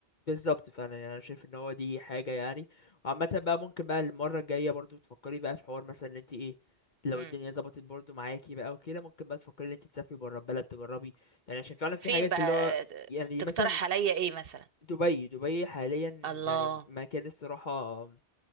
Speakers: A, on the left; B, on the right.
A: بالظبط فعلا يعني انا شايف ان هو دي حاجه يعني وعامه بقى ممكن بقى المره الجايه برضو تفكري بقى في حوار مثلا ان انت ايه لو
B: مم.
A: الدنيا ظبطت برضو معاكي بقى وكده ممكن بقى تفكري ان انت تسافري بره البلد تجربي يعني عشان فعلا في
B: فين
A: حاجات
B: بقى
A: اللي هو
B: آه،
A: يعني
B: تقترح
A: مثلا
B: عليا ايه مثلا
A: دبي دبي حاليا
B: الله
A: يعني مكان الصراحه